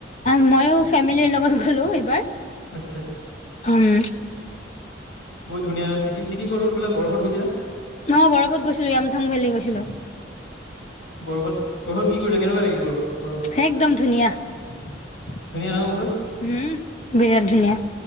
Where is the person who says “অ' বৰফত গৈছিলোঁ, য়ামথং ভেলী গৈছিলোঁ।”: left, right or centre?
Left